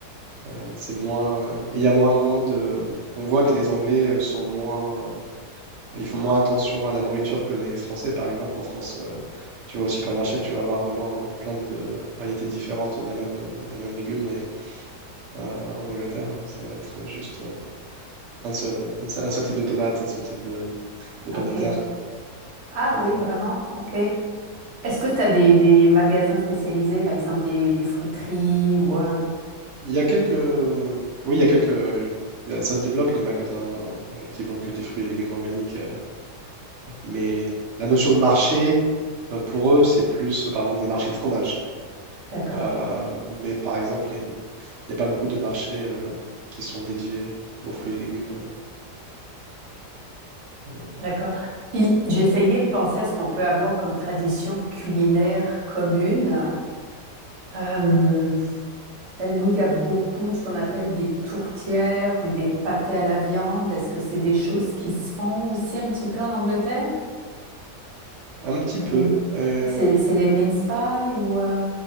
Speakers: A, on the right; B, on the right.
A: Euh, c'est moins, il y a moins, moins de. On voit que les Anglais euh, sont moins, ils font moins attention à la nourriture que les Français, par exemple. En France, euh, tu vas au supermarché, tu vas avoir vraiment euh, plein de variétés différentes d'un même, euh, d'un même légume. Et euh, en Angleterre, euh, ça va être juste euh, un seul, un seul type de tomate, un seul type de de pommes
B: ok.
A: de terre.
B: Ah
A: Euh,
B: oui, vraiment, ok. Est-ce que tu as des, des magasins spécialisés, par exemple des, des fruiteries ou... euh,
A: Il y a quelques... Oui, il y a quelques... il y a- Ça se développe, les magasins euh, qui vendent que des fruits et légumes organiques. euh, Mais la notion de marché, euh, pour eux, c'est plus, euh, par exemple, des marchés de fromage.
B: D'accord,
A: Euh, mais par exemple, les- il n'y a pas beaucoup de marchés euh, qui sont dédiés aux fruits et légumes. Euh,
B: d'accord. Puis j'essayais de penser à ce qu'on peut avoir comme tradition culinaire commune. Euh, t'as- nous, il y a beaucoup de ce qu'on appelle des tourtières ou des pâtés à la viande. Est-ce que c'est des choses qui se font aussi un petit peu en Angleterre?
A: un petit peu.
B: Mm.
A: Euh,
B: C'est, c'est les mince pies ou... euh,